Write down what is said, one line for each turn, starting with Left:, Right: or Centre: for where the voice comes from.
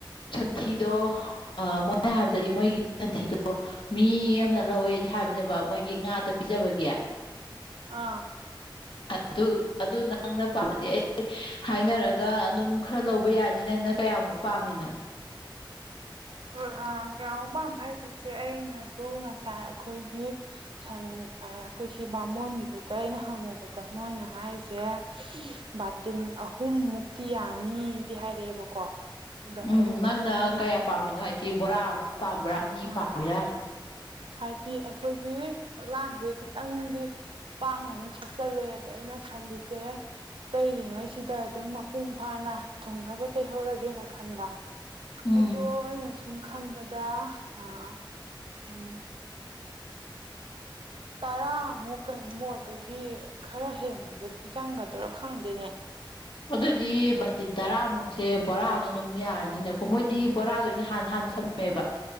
Left: ꯁꯟꯊꯤꯗꯣ ꯑ ꯃꯣꯏꯅ ꯍꯥꯏꯕꯗꯗꯤ ꯃꯣꯏꯒꯤ ꯁꯟꯊꯤꯗꯣ ꯃꯤ ꯑꯃꯅ ꯂꯧꯋꯦꯗꯤ ꯍꯥꯏꯕꯅꯦ ꯃꯣꯏꯒꯤ ꯉꯥꯗ ꯄꯤꯖꯕꯒꯤ
Right: ꯑꯥ
Left: ꯑꯗꯨ ꯑꯗꯨ ꯅꯪꯅ ꯄꯥꯝꯝꯕꯗꯤ ꯑꯩ ꯍꯥꯏꯅꯔꯒ ꯑꯗꯨꯝ ꯈꯔ ꯂꯧꯕ ꯌꯥꯅꯤ ꯅꯪꯅ ꯀꯌꯥꯃꯨꯛ ꯄꯥꯝꯃꯤꯅꯣ
Right: ꯍꯣꯏ ꯑ ꯀꯌꯥꯃꯨꯛ ꯄꯥꯝꯕ ꯍꯥꯏꯁꯦ ꯆꯦ ꯑꯩꯅꯁꯨ ꯉꯁꯥꯏ ꯑꯩꯈꯣꯏꯒꯤ ꯁꯟ ꯑꯩꯈꯣꯏ ꯁꯤ ꯕꯥꯃꯣꯟꯒꯤꯗꯨꯗ ꯑꯩꯅ ꯍꯪꯉꯨꯕꯗ ꯃꯣꯏꯅ ꯍꯥꯏꯔꯤꯁꯦ ꯕꯥꯇꯤꯟ ꯑꯍꯨꯝ ꯃꯨꯛꯇꯤ ꯌꯥꯅꯤꯗꯤ ꯍꯥꯏꯔꯛꯑꯦꯕꯀꯣ ꯑꯗ
Left: ꯎꯝ
Right: ꯑꯩꯅ
Left: ꯅꯪꯅ
Right: ꯍꯥꯏ
Left: ꯀꯌꯥ ꯄꯥꯝꯃꯤꯅꯣ ꯍꯥꯏꯗꯤ ꯕꯣꯔꯥ ꯑꯃ ꯄꯥꯝꯕ꯭ꯔꯥ ꯑꯅꯤ
Right: ꯎ
Left: ꯄꯥꯝꯃꯤꯔꯥ
Right: ꯍꯥꯏꯗꯤ ꯑꯩꯈꯣꯏꯒꯤ ꯐꯛꯂꯥꯡꯁꯦ ꯈꯤꯇꯪꯗꯤ ꯄꯥꯛꯅꯅ ꯁꯣꯛꯆꯜꯂꯦ ꯑꯗ ꯑꯩꯅ ꯈꯜꯂꯤꯁꯦ ꯇꯩꯔꯤꯉꯩꯁꯤꯗ ꯑꯗꯨꯝ ꯃꯄꯨꯡ ꯐꯥꯅ ꯊꯨꯡꯅꯕ ꯇꯩꯍꯧꯔꯒꯦꯅ ꯈꯟꯕ
Left: ꯎꯝ
Right: ꯑꯗꯣ ꯑꯩꯅ ꯁꯨꯝ ꯈꯟꯕꯗ ꯑꯥ ꯎꯝ ꯇꯔꯥꯃꯨꯛ ꯀꯩꯃꯣꯗꯒꯤ ꯈꯔ ꯍꯦꯟꯅꯒꯗꯤ ꯆꯪꯒꯗ꯭ꯔ ꯈꯪꯗꯦꯅꯦ
Left: ꯑꯗꯨꯗꯗꯤꯕ
Right: ꯑꯥ
Left: ꯇꯤꯟ ꯇꯔꯥꯃ ꯁꯦ ꯕꯣꯔꯥ ꯑꯃ ꯑꯗꯨꯝ ꯌꯥꯔꯅꯤꯅꯀꯣ ꯃꯣꯏꯗꯤ ꯕꯣꯔꯥꯗ ꯑꯩꯅ ꯍꯥꯟ ꯍꯥꯟꯅ ꯊꯝꯃꯦꯕ